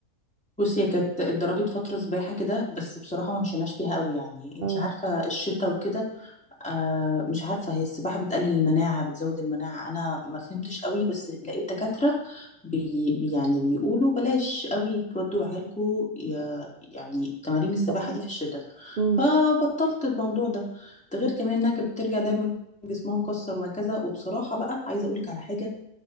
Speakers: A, in the centre; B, on the right.
A: بصي هي كانت اتدربت فتره سباحه كده بس بصراحه ما مشيناش فيها قوي يعني انت
B: امم
A: عارفه الشتاء وكده آه مش عارفة هي السباحة بتقلل المناعة بتزود المناعة أنا ما فهمتش قوي بس لقيت دكاترة بي بي- يعني بيقولوا بلاش قوي تودوا عيالكوا ي- يعني تمارين السباحة
B: فاهمة؟
A: دي في الشتاء
B: امم
A: فبطلت الموضوع ده ده غير كمان إنها كانت بترجع دايما جسمها مكسر وهكذا وبصراحة بقى عايزة أقولك على حاجة